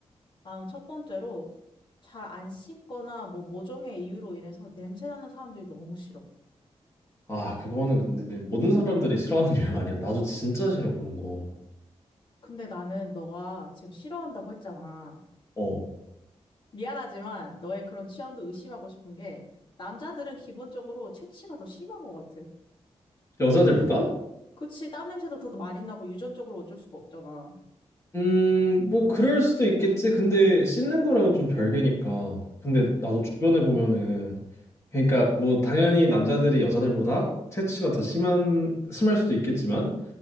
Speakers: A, on the left; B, on the left.
A: 나는 첫 번째로 잘 안 씻거나 뭐 모종의 이유로 인해서 냄새 나는 사람들이 너무 싫어.
B: 아, 그거는 근데 모든 사람들이 싫어하는 <laughs> 이유 아니야. 나도 진짜 싫어, 그런 거.
A: 근데 나는 너가 지금 싫어한다고 했잖아.
B: 어.
A: 미안하지만 너의 그런 취향도 의심하고 싶은 게 남자들은 기본적으로 체취가 더 심한 것 같아.
B: 여자들보다?
A: 그치, 땀 냄새도 더 많이 나고 유전적으로 어쩔 수가 없잖아.
B: 음, 뭐, 그럴 수도 있겠지. 근데 씻는 거랑은 좀 별개니까. 근데
A: 그,
B: 나도 주변에 보면은, 그러니까 뭐, 당연히 남자들이 여자들보다 체취가 더 심한, 심할 수도 있겠지만,